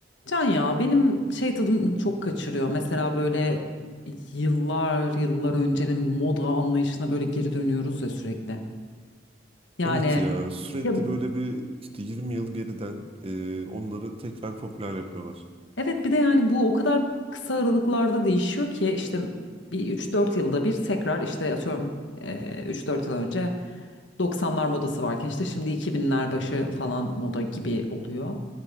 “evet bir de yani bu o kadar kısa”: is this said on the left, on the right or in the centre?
Left